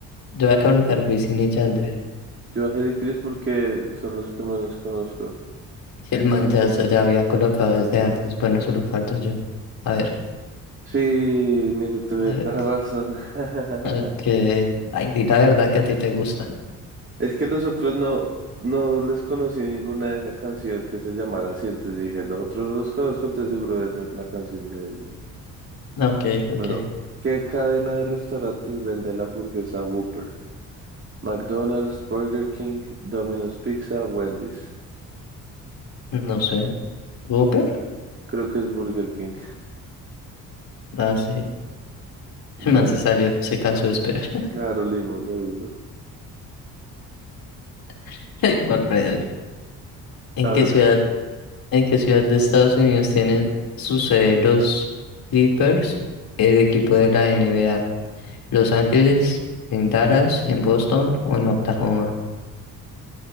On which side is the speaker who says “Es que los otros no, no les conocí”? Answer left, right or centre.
Right